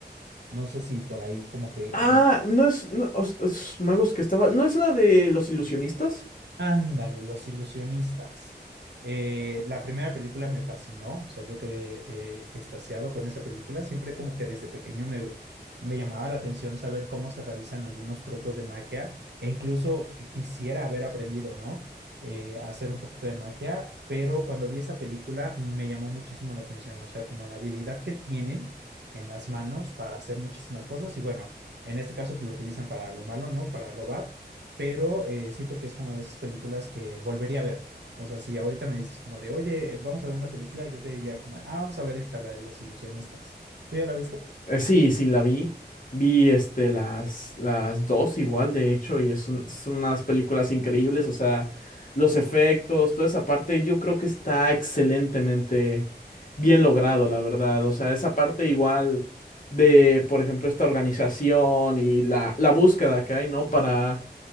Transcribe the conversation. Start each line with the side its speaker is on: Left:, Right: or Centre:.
Right: No sé si por ahí como que
Left: Ah, no es, no, os- os- magos que estaba, ¿no es la de los ilusionistas?
Right: Ándale, Los Ilusionistas. Eh, la primera película me fascinó, o sea, yo quedé eh, extasiado con esa película. Siempre como que desde pequeño me, me llamaba la atención saber cómo se realizan algunos trucos de magia e incluso que quisiera haber aprendido, ¿no? Eh, a hacer un poquito de magia, pero cuando vi esa película me llamó muchísimo la atención, o sea, como la habilidad que tienen en las manos para hacer muchísimas cosas y bueno, en este caso pues, lo utilizan para lo malo, ¿no? Para robar pero eh, siento que es como de esas películas que volvería a ver. O sea, si ahorita me dices como de, oye, vamos a ver una película, yo te diría como, ah, vamos a ver esta, la de los ilusionistas. ¿Tú ya la viste?
Left: Eh, Sí, sí, la vi. Vi este, las, las dos igual, de hecho, y es un- son unas películas increíbles, o sea, los efectos, toda esa parte, yo creo que está excelentemente bien logrado, la verdad. O sea, esa parte igual de, por ejemplo, esta organización y la, la búsqueda que hay, ¿no? Para